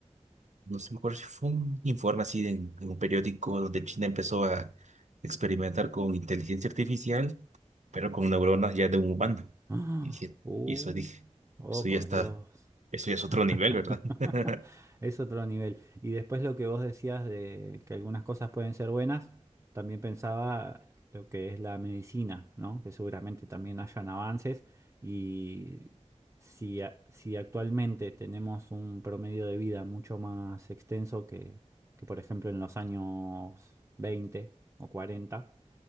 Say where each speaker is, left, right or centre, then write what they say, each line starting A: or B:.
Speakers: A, on the right; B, on the right.
A: no sé, me acuerdo si fue un informe así de, en un periódico donde China empezó a experimentar con inteligencia artificial, pero con neuronas ya de un humano.
B: ¡Ah!
A: Y dije,
B: ¡Uh!
A: y eso dije,
B: oh,
A: eso
B: por
A: ya está,
B: Dios.
A: eso
B: <laughs>
A: ya es otro nivel, ¿verdad? <laughs>
B: Es otro nivel. Y después lo que vos decías de que algunas cosas pueden ser buenas, también pensaba lo que es la medicina, ¿no? Que seguramente también hayan avances y si, a- si actualmente tenemos un promedio de vida mucho más extenso que, que por ejemplo en los años 20 o 40.